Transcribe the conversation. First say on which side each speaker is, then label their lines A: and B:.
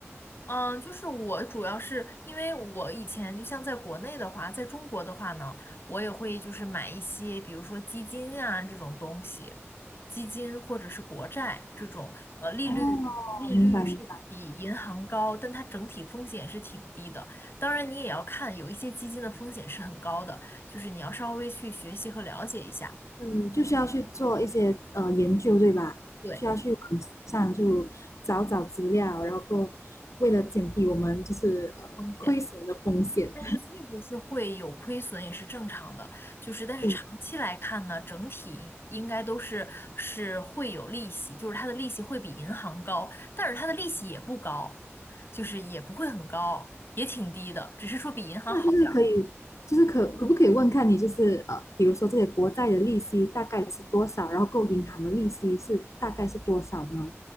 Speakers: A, on the left; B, on the left.
A: 嗯，就是我主要是因为我以前就像在国内的话，在中国的话呢，我也会就是买一些，比如说基金啊这种东西，基金或者是国债这种，呃，利率利率是比银行高，
B: 哦，明白明白，
A: 但它整体风险是挺低的。当然，你也要看有一些基金的风险是很高的，就是你要稍微去学习和了解一下，
B: 嗯，就是要去做一些呃研究，对吧？
A: 对，
B: 需要去网上就找找资料，然后为了减低我们就是呃亏损的风险，
A: 风险。但是确实是会有亏损，也是正常的。就是，但是长期来看呢，
B: <laughs> 对，
A: 整体应该都是是会有利息，就是它的利息会比银行高，但是它的利息也不高，就是也不会很高，也挺低的，只是说比银行好点儿。
B: 那就是可以，就是可可不可以问看你，就是呃，比如说这些国债的利息大概是多少，然后够银行的利息是大概是多少呢？